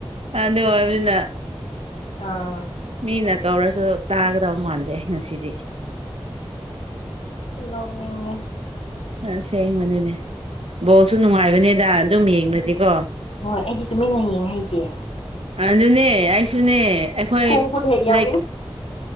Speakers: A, on the right (about 75°); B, on the left (about 75°).
A: ꯑꯗꯨ ꯑꯣꯏꯕꯅ
B: ꯑꯥ
A: ꯃꯤꯅ ꯀꯧꯔꯁꯨ ꯇꯥꯒꯗꯧ ꯃꯥꯟꯗꯦ ꯉꯁꯤꯗꯤ
B: ꯅꯣꯛꯅꯤꯡꯉꯦ
A: ꯑꯁꯦꯡꯕꯅꯤꯅꯦ ꯕꯣꯜꯁꯨ ꯅꯨꯡꯉꯥꯏꯕꯅꯦꯗ ꯑꯗꯨꯝ ꯌꯦꯡꯔꯗꯤꯀꯣ
B: ꯍꯣꯏ ꯑꯩꯗꯤ ꯇꯨꯃꯤꯟꯅ ꯌꯦꯡꯉ ꯍꯩꯇꯦ
A: ꯑꯗꯨꯅꯦ ꯑꯩꯁꯨꯅꯦ ꯑꯩꯈꯣꯏ
B: ꯈꯣꯡ ꯈꯨꯠ ꯍꯦꯛ ꯌꯥꯎꯅꯤꯡ
A: ꯂꯩ